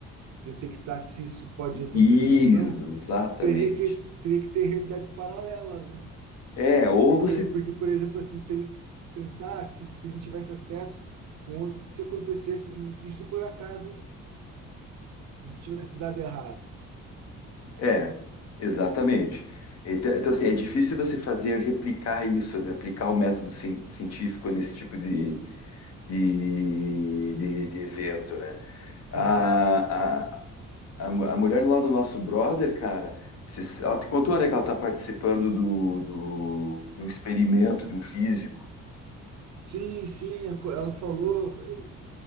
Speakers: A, on the right (about 65°); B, on the left (about 55°).
A: detectar se isso pode acontecer
B: Exatamente.
A: ou não, teria que, teria que ter realidades paralelas, né?
B: É, ou
A: Porque,
B: você.
A: porque, por exemplo, assim, teria que pensar se, se a gente tivesse acesso, um outro- se acontecesse e, e se por acaso tivesse dado errado, entendeu?
B: É, exatamente. Então, então, assim, é difícil você fazer replicar isso, né? Aplicar o método cien- científico nesse tipo de, de, de- de evento, né?
A: Sim,
B: A, a, a, mu- a mulher lá do nosso brother, cara, se- ela te contou, né, que ela está participando do, do, de um experimento de um físico.
A: sim, sim, a co- ela falou eu-